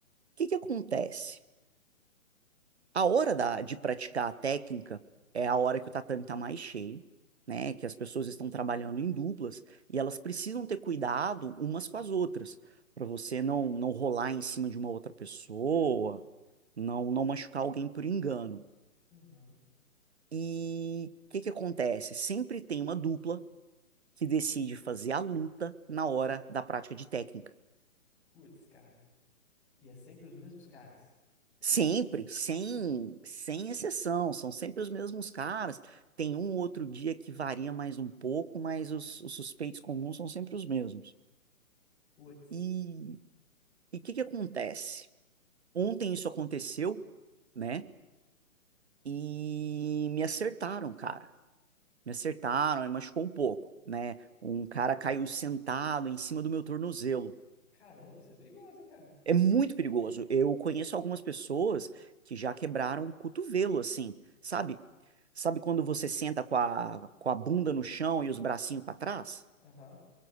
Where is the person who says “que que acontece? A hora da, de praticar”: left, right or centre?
Right